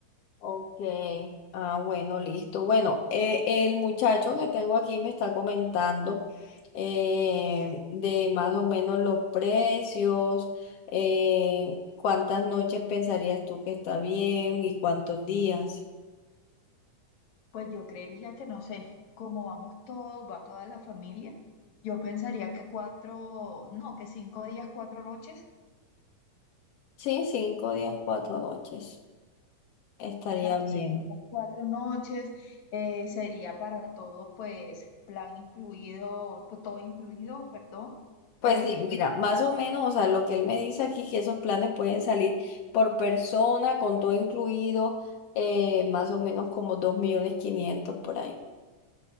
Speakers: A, on the left (about 75°); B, on the left (about 55°).
A: Ok. Ah, bueno, listo. Bueno, eh, el muchacho que tengo aquí me está comentando eh, de más o menos los precios, eh, cuántas noches pensarías tú que está bien y cuántos días.
B: Pues yo creería que no sé, como vamos todos, va toda la familia, yo pensaría que cuatro, no, que cinco días, cuatro noches,
A: Sí, cinco días, cuatro noches. Estaría
B: exacto,
A: bien.
B: cinco días, cuatro noches, eh, sería para todo, pues, plan incluido, to- todo incluido, perdón,
A: Pues
B: eh,
A: sí, mira,
B: y,
A: más o menos, o sea, lo que él me dice aquí, que esos planes pueden salir por persona, con todo incluido, eh, más o menos como 2 millones 500 por ahí.